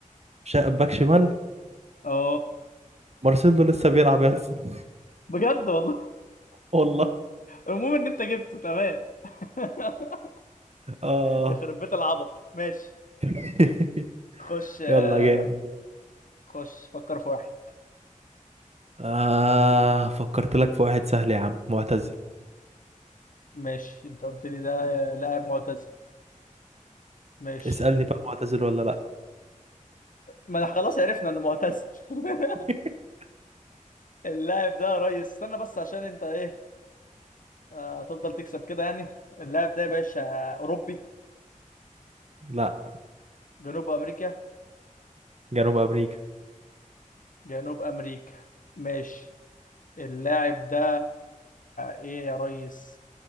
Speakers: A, on the right; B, on the left.
A: شا... باك شمال
B: اه
A: مارسيلو لسه بيلعب يا اسطى <laughs>
B: بجد والله
A: والله
B: المهم ان انت جبته تمام <laughs>
A: اه
B: يخرب بيت العبط ماشي
A: <laughs>
B: خش آه،
A: يلا جامد جامد.
B: خش فكر في واحد
A: آه فكرت لك في واحد سهل يا عم معتزل
B: ماشي انت قلت لي ده لاعب معتزل ماشي
A: اسألني بقى معتزل ولا لا
B: ما انا خلاص عرفنا انه معتزل <laughs>
A: <laughs>
B: اللاعب ده يا ريس استنى بس عشان انت ايه آه، تفضل تكسب كده يعني اللاعب ده يا باشا أوروبي
A: لا
B: جنوب أمريكا
A: جنوب امريكا
B: جنوب أمريكا ماشي اللاعب ده إيه يا ريس